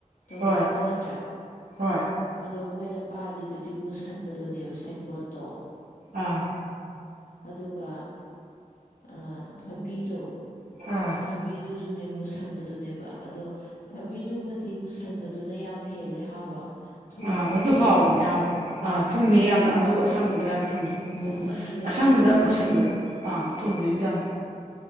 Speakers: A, on the left (about 80°); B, on the right (about 80°).
A: ꯇꯧ
B: ꯍꯣꯏ
A: ꯕ ꯑꯃ ꯂꯩ
B: ꯍꯣꯏ
A: ꯑꯗꯣ ꯃꯣꯏꯗ ꯄꯥꯜꯂꯤꯗꯨꯗꯤ ꯃꯨꯁꯟꯕꯗꯨꯅꯦꯕ ꯁꯦꯕꯣꯠꯇꯣ
B: ꯑꯥ
A: ꯑꯗꯨꯒ ꯑꯥ ꯊꯕꯤꯗꯣ
B: ꯑꯥ
A: ꯊꯕꯤꯗꯨꯁꯨꯅꯦ ꯃꯨꯁꯟ ꯨꯃꯨꯁꯟꯕꯗꯨꯅꯦꯕ ꯑꯗꯣ ꯊꯕꯤꯗꯨꯃꯗꯤ ꯃꯨꯁꯟꯕꯗꯨꯅ ꯌꯥꯝ ꯍꯦꯜꯂꯦ ꯍꯥꯎꯕ ꯊꯨꯝꯕ
B: ꯑꯥ ꯑꯗꯨ
A: ꯍꯦꯜꯂꯦ
B: ꯍꯥꯎꯕꯅꯤ ꯍꯥꯎꯕꯅꯤ ꯑꯥ ꯊꯨꯝꯃꯦ ꯌꯥꯝꯅ ꯑꯗꯨ ꯑꯁꯪꯕꯗꯣ ꯌꯥꯝꯅ ꯊꯨꯝꯃꯦ
A: ꯑꯁꯪꯕꯗꯣ ꯌꯥꯝ
B: ꯑꯁꯪꯕꯗ
A: ꯊꯨꯝꯃꯦꯕ
B: ꯃꯨꯁꯟꯕꯗ ꯑꯥ ꯊꯨꯝꯃꯦ
A: ꯎꯝ
B: ꯑꯗꯨ ꯌꯥꯝ